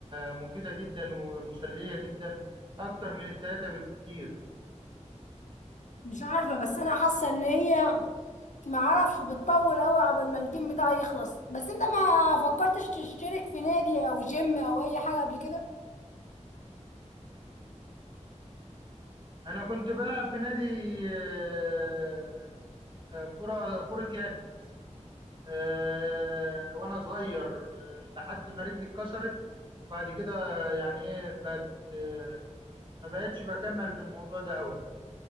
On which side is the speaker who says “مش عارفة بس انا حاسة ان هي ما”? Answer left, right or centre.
Left